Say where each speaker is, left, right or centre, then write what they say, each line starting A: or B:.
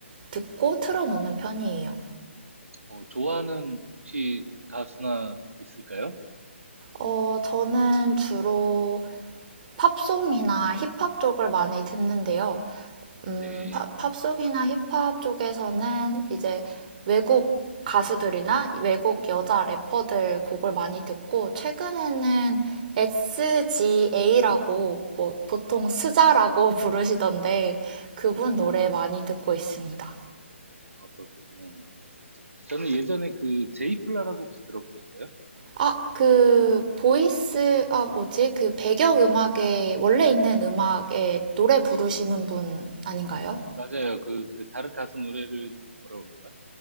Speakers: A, on the right (about 40°); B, on the right (about 80°).
A: 듣고 틀어놓는 편이에요.
B: 어, 좋아하는 혹시 가수나 있을까요?
A: 어, 저는 주로 팝송이나 힙합 쪽을 많이 듣는데요. 음,
B: 네.
A: 팝- 팝송이나 힙합 쪽에서는 이제 외국 가수들이나 외국 여자 래퍼들 곡을 많이 듣고 최근에는
B: 음,
A: SGA라고 뭐 보통 스자라고 <laughs> 부르시던데 그분
B: 음,
A: 노래 많이 듣고 있습니다.
B: 아, 그렇군요. 저는 예전에 그 제이플라라고 혹시 들어보셨어요?
A: 아, 그 보이스 아 뭐지? 그 배경 음악에 원래 있는 음악에 노래 부르시는 분 아닌가요?
B: 맞아요. 그, 그 다른 가수 노래를 그 뭐라 그러더라?